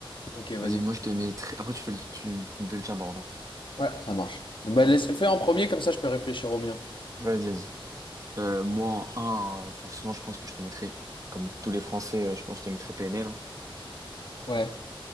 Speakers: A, on the left; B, on the right.
A: Ok, vas-y.
B: Vas-y, moi je te mets très- Après tu fais le, tu, tu me fais le tien par
A: Ouais, ça marche. Bah, laisse, fais en premier, comme ça je peux réfléchir au mien.
B: Vas-y, vas-y. Euh, moi en 1, forcément je pense que je te mettrai, comme tous les Français, euh, je pense que je te mettrai PNL. hein.
A: Ouais.